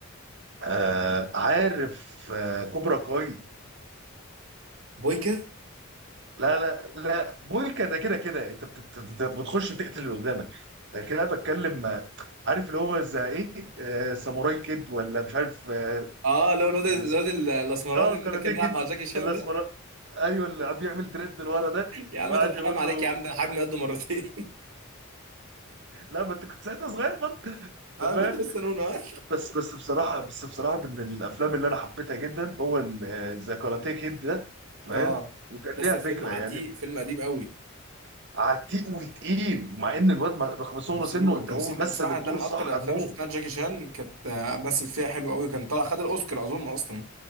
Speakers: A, on the right; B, on the right.
A: آه عارف آه كوبرا كاي
B: بويكا
A: لا لا لا بويكا ده كده كده انت بت- بت- بتخش تقتل اللي قدامك لكن انا بتكلم آه، عارف اللي هو زي ايه آه ساموراي كيد ولا مش عارف آه
B: اه لو الواد الواد
A: اللي اسمه-
B: ال- الاسمراني
A: اه كاراتيه
B: اللي كان بيلعب
A: كيد
B: مع جاكي شان
A: الاسمراني
B: ده
A: ايوه اللي عم بيعمل دريد لورا ده
B: يا
A: وقعد
B: عم طب حرام
A: يقول
B: عليك
A: له
B: يا عم ده الحجم قده مرتين
A: لا ما انت كنت ساعتها صغير برضه <laughs>
B: <laughs> انا
A: انت
B: كنت
A: فاهم
B: لسه نونو ها
A: بس بس بصراحه بس بصراحه من الافلام اللي انا حبيتها جدا هو ذا كاراتيه كيد ده فاهم
B: اه
A: وكان
B: يس
A: ليها
B: الفيلم
A: فكره
B: عتيق
A: يعني
B: فيلم قديم قوي
A: عتيق وتقيل مع ان الواد ما- رغم صغر
B: تمثيله
A: سنه
B: والتمثيل
A: ان هو مثل
B: بصراحه
A: الدور
B: ده من
A: صح
B: اكتر الافلام
A: موت
B: اللي شفتها جاكي شان كانت آه، مثل فيها حلو قوي كان طلع خد الاوسكار اظن اصلا